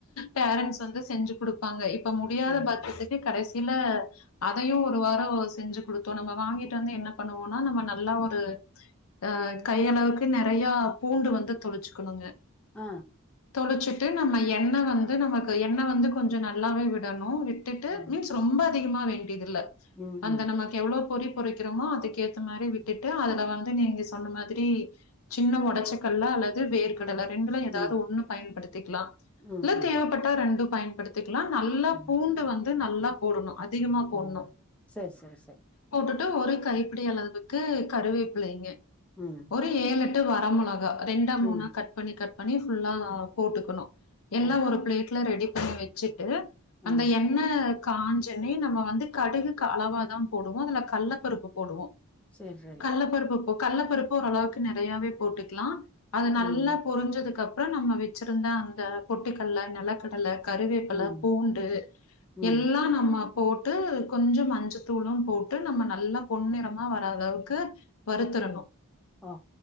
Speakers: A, on the left; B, in the centre.
A: பேரன்ஸ் வந்து செஞ்சு குடுப்பாங்க இப்ப முடியாத
B: சரி
A: பக்கத்துக்கு கடசில அதையு ஒரு வார செஞ்சு குடுத்தோ நம்ம வாங்கிட்டு வந்து என்ன பண்ணுவோனா நம்ம நல்லா ஒரு அ கைய அளவுக்கு நெறைய பூண்டு வந்து தொளிச்சுக்கணுங்க
B: அ
A: தொளிச்சிட்டு நம்ம எண்ண வந்து நமக்கு எண்ண வந்து கொஞ்ச நல்லாவே விடணு விட் ட்டுட்டு
B: ஆ
A: மீன்ஸ் ரொம்ப அதிகமா வேண்டியது இல்ல
B: ம்
A: அந்த
B: ம்
A: நம்ம எவ்வளவு பொறி பொறிக்கிறோமோ அதுக்கு ஏத்த மாரி விட்டுட்டு அதுல வந்து நீங்க சொன்ன மாதிரி சின்ன ஒடச்சக்கல்ல அல்லது வேர்க டல ரெண்டுல ஏதாவது
B: ம்
A: ஒண்ணு பயன்படுத்திக்லா
B: ம்
A: இல்ல
B: ம்
A: தேவபட்டா ரெண்டு பயன்படுத்திக்லா நல்லா
B: ம்
A: பூண்டு வந்து நல்லா போடணு அதிகமா போடணு
B: ஓ சரி சரி சரி
A: போட்டுட்டு ஒரு கைப்பிடி அளவுக்கு கருவேபிள்ளைங்க
B: ம்
A: ஒரு ஏழெட்டு வர மொளகா ரெண்டா மூணா
B: ம்
A: கட் பண்ணி கட் பண்ணி ஃபுல்லா போட்டுக்கணு எல்லா
B: ஓ
A: ஒரு பிளேட்ல ரெடி பண்ணி வச்சுட்டு
B: ம்
A: அந்த எண் என்ன காஞ்சனே நம்ம வந்து கடுகுக்கு அளவாதா போடுவோ அதுல கள்ளபருப்பு போடுவோ
B: சரி சரி
A: கள்ள பருப்பு போ கள்ள பருப்பு ஓரளவுக்கு நெறையாவே போட்டுக்கலா அது நல்லா
B: ம்
A: பொரிஞ்சதுக்கு அப்ற நம்ம வச்சிருந்த அந்த பொட்டுக்கல்ல நெலக்கல் கல்ல கருவேப்பல
B: ம்
A: பூண்டு
B: ம்
A: எல் லா நம்ம போட்டு கொஞ்ச மஞ்சத்தூளு போட்டு நம்ம நல்லா பொன்னிறமா வர அளவுக்கு வறுத்தரணு
B: ஆ